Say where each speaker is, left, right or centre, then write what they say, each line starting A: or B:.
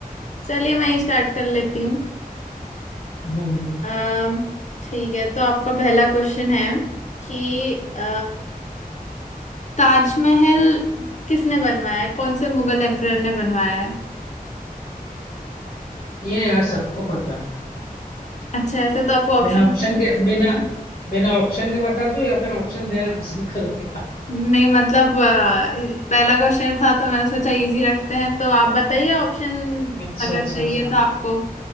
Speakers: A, on the left; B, on the left.
A: चलिए मैं ही स्टार्ट कर लेती
B: हम्म हम्म।
A: अम, ठीक है तो आपका पहला क्वेश्चन है कि अ, ताजमहल किसने बनवाया है कौन से मुगल एम्परर ने बनवाया है
B: ये यार सबको पता है
A: अच्छा ऐसा तो आपको
B: अब
A: ऑप्शन
B: बिना ऑप्शन के बिना बिना ऑप्शन के बता दूं या फिर ऑप्शन देना पसंद करूंगा
A: नहीं मतलब अ, पहला क्वेश्चन था तो मैंने सोचा इजी रखते हैं तो आप बताइए ऑप्शन
B: अच्छा
A: अगर
B: अच्छा
A: चाहिए
B: अच्छा
A: तो आपको